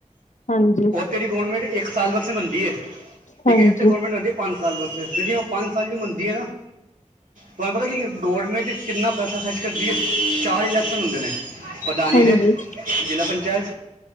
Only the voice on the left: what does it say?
ਹਾਂਜੀ।
ਹਾਂਜੀ
ਹਾਂਜੀ